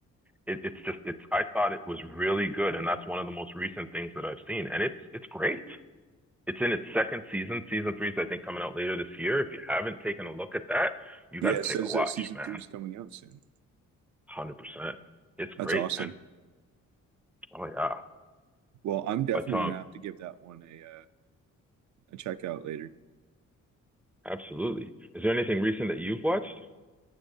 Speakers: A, in the centre; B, on the right.
A: it, it's just it's I thought it was really good, and that's one of the most recent things that I've seen, and it's it's great. It's in its second season. Season three is I think coming out later this year. If you haven't taken a look at that, you
B: Yeah,
A: got to
B: it says
A: take a watch,
B: that season
A: man.
B: three
A: one
B: is coming out soon.
A: Hundred percent. It's
B: That's
A: great,
B: awesome.
A: man. Oh yeah.
B: Well, I'm definitely
A: But um,
B: gonna have to give that one a uh, a check out later.
A: absolutely. Is there anything recent that you've watched?